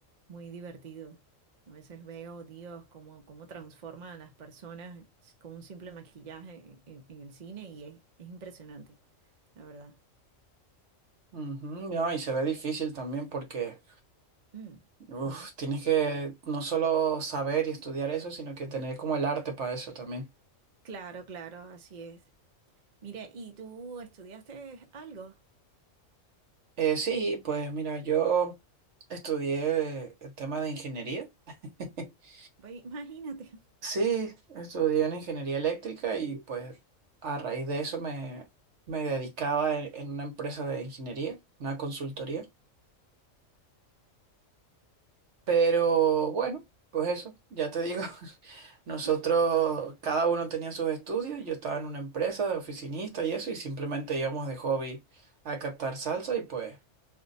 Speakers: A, on the right; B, on the right.
A: muy divertido. A veces veo, Dios, cómo, cómo transforma a las personas con un simple maquillaje en, en- en el cine y es, es impresionante, la verdad.
B: Ujú, No, y se ve difícil también porque
A: Mm,
B: uf,
A: mm.
B: tienes que no solo saber y estudiar eso, sino que tener como el arte para eso también.
A: Claro, claro, así es. Mire, ¿y tú estudiaste algo?
B: Eh, sí, pues mira, yo estudié el tema de ingeniería. <laughs>
A: Ve, Imagínate.
B: Sí, estudié en ingeniería eléctrica y pues a raíz de eso me, me dedicaba en en una empresa de ingeniería, una consultoría. Pero bueno, pues eso, ya te digo, <laughs> nosotros,
A: <laughs>
B: cada uno tenía sus estudios, yo estaba en una empresa de oficinista y eso, y simplemente íbamos de hobby a captar salsa y pues